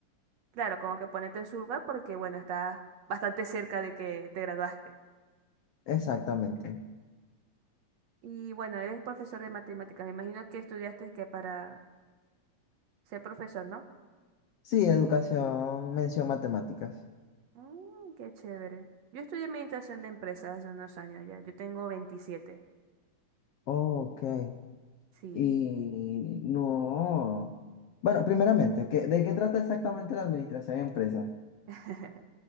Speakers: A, on the right; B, on the left.
A: Claro, como que ponerte en su lugar porque, bueno, estás bastante cerca de que te graduaste.
B: Exactamente.
A: Y bueno, eres profesor de matemáticas. Me imagino que estudiaste que para ser profesor, ¿no?
B: Sí, educación, mención matemáticas.
A: Mm, qué chévere. Yo estudié administración de empresas hace unos años ya. Yo tengo veintisiete
B: Ok.
A: Sí.
B: Y no. Bueno, primeramente, ¿qué- de qué trata exactamente la administración de empresas?
A: <laughs>